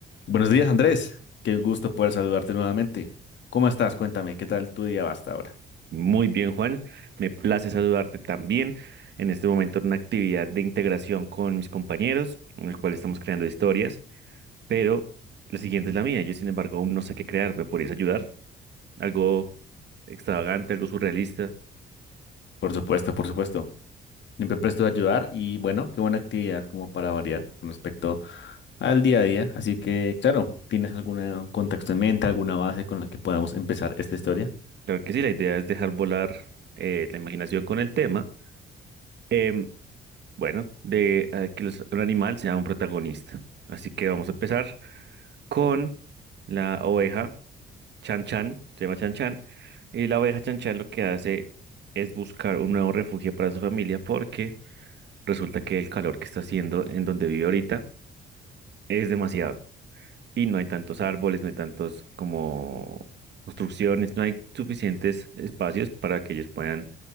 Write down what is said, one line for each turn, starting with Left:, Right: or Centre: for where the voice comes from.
Left: Buenos días, Andrés. Qué gusto poder saludarte nuevamente. ¿Cómo estás? Cuéntame, ¿qué tal tu día va hasta ahora?
Right: Muy bien, Juan. Me place saludarte también en este momento en una actividad de integración con mis compañeros, en el cual estamos creando historias, pero la siguiente es la mía. Yo, sin embargo, aún no sé qué crear. ¿Me podrías ayudar? Algo extravagante, algo surrealista.
Left: Por supuesto, por supuesto. Siempre presto a ayudar y bueno, qué buena actividad como para variar con respecto al día a día. Así que, claro, ¿tienes algún eh, contexto en mente, alguna base con la que podamos empezar esta historia?
Right: Claro que sí, la idea es dejar volar eh, la imaginación con el tema. Em, bueno, de eh, que los- un animal sea un protagonista. Así que vamos a empezar con la oveja Chan Chan, se llama Chan Chan, y la oveja Chan Chan lo que hace es buscar un nuevo refugio para su familia porque resulta que el calor que está haciendo en donde vive ahorita es demasiado y no hay tantos árboles, no hay tantos como construcciones, no hay suficientes espacios para que ellos puedan